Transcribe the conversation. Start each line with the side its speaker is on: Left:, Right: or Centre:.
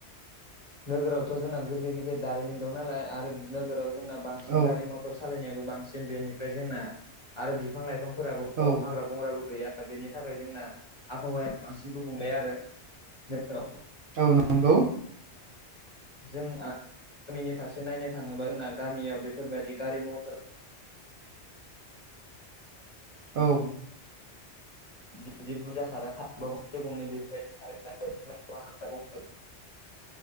Left: नोगोरावथ' जोंना गिदिर गिदिर दारिमिन दं नालाय आरो नोगोराव जोंना बांसिन
Right: औ
Left: गारि मथर सालायनायाबो बांसिन बेनिफ्राय जोंना आरो बिफां लाइफांफोराबो खम,
Right: औ
Left: हाग्रा बंग्राबो गैया बेनि थाखाय जोंना आबहावाया बांसिन गुबुंले आरो। नोगोरफोराव।
Right: औ नंगौ।
Left: जों गामिनि फारसे नायनो थाङोबा जोंना गामियाव बेफोरबायदि गारि मथर
Right: औ।
Left: बिदि बुरजा खारा खारोबा गंसे गंनै बेफोरबायदि खारो <unintelligible>